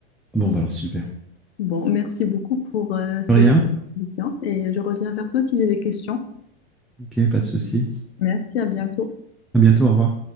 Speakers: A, in the centre; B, on the left.
A: Bon, bah alors super.
B: Bon, merci beaucoup pour euh, ces
A: Rien,
B: questions et je reviens vers toi si j'ai des questions.
A: ok, pas de souci.
B: Merci, à bientôt.
A: À bientôt, au revoir.